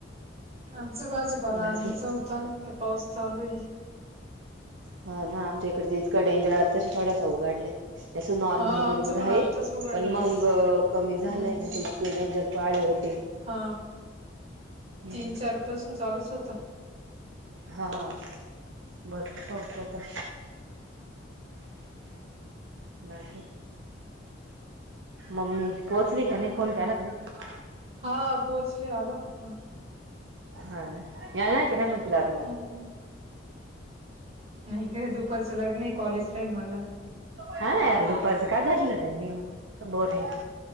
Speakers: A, on the right; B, on the right.
A: आमचा भाजीपाला
B: बाकी
A: आणायचा होता तर पाऊस चालू आहे.
B: हा ना आमच्या इकड तर इतका डेंजर आताशी थोडासा उघडलाय. जसं नॉर्मल
A: हा
B: बुरबुर
A: आमचं पण
B: हाय
A: आत्ताच उघडला
B: पण मग कमी
A: हम्म
B: झालंय ना त्या. डेंजर पाळे होते.
A: हा
B: हम्म
A: तीन चार पासून चालूच होता.
B: हा भरपूर पाऊस होता. बाकी मम्मी पोहोचली
A: काही
B: का नाही
A: ग
B: फोन केलाका नाही.
A: हा पोहचली आला होता फोन.
B: हा ना येणार की नाही मग तूला अजून आला.
A: हम्म माहिती आहे दुपारचं लग्न आहे कॉलेज राहील मला.
B: हा यार दुपारचं का धरलं त्यानी बोरींग.